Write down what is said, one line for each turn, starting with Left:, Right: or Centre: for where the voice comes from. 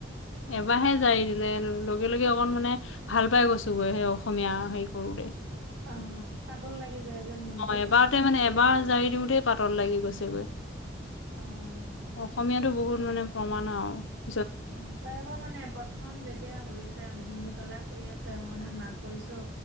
Left: এবাৰাহে জাৰি দিলে লগে লগে অকন মানে ভাল পাই গৈছো গৈ সেই অসমীয়া হেৰি কৰোতে।
Right: অহ অ পাতল লাগি যায় যে মূৰটো
Left: এবাৰতে মানে এবাৰ জাৰি দিওঁতেই পাতত লাগি গৈছেগৈ।
Right: অ'।
Left: অসমীয়াটো বহুত, মানে প্ৰমাণ আঁৱ।
Right: অ তাই আকৌ মানে প্ৰথম যেতিয়া হৈছে মূৰ পেলাই, শুই আছে, মানে মাক কৈছো